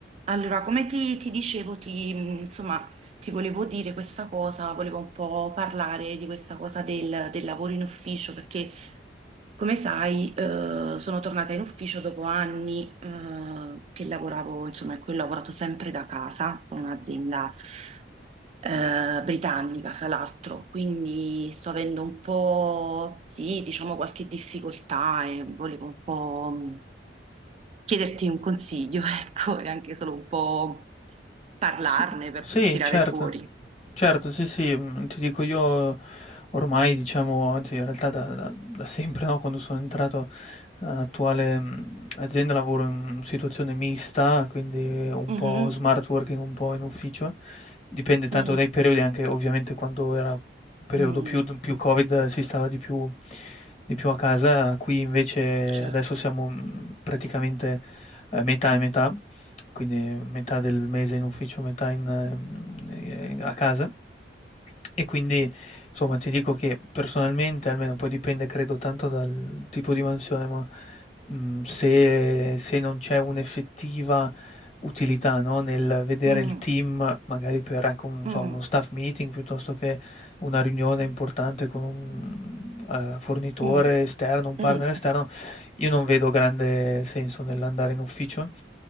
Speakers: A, on the right; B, on the left.
A: Allora, come ti, ti dicevo, ti, mh, insomma, ti volevo dire questa cosa, volevo un po' parlare di questa cosa del, del lavoro in ufficio, perché come sai, eh, sono tornata in ufficio dopo anni, eh, che lavoravo, insomma, in cui ho lavorato sempre da casa, con un'azienda, eh, britannica, fra l'altro, quindi sto avendo un po', sì, diciamo qualche difficoltà e volevo un po' chiederti un consiglio, <laughs> ecco, e anche solo un po' parlarne
B: S-
A: per
B: Sì,
A: tirare
B: certo,
A: fuori.
B: certo, sì, sì, mm, ti dico io ormai, diciamo, anzi, in realtà da, da- da sempre, no, Quando sono entrato nell'attuale mm, azienda lavoro in situazione mista, quindi un
A: Mhm,
B: po' smart working, un po' in ufficio, dipende tanto
A: mm,
B: dai periodi, anche ovviamente quando era periodo
A: mm,
B: più, più Covid eh, si stava di più, di più a casa, qui invece
A: certo.
B: adesso siamo mm, praticamente eh, metà e metà quindi metà del mese in ufficio, metà in, mhmm, ehm, a casa. E quindi, insomma, ti dico che personalmente, almeno poi dipende credo tanto dal tipo di mansione, ma, mhmm, se se non c'è un'effettiva utilità, no, nel vedere
A: Mm,
B: il team, magari per ecco, un- non
A: mm,
B: so, uno staff meeting piuttosto che una riunione importante con un, uhm, fornitore
A: mm,
B: esterno, un partner
A: mm.
B: esterno, io non vedo grande senso nell'andare in ufficio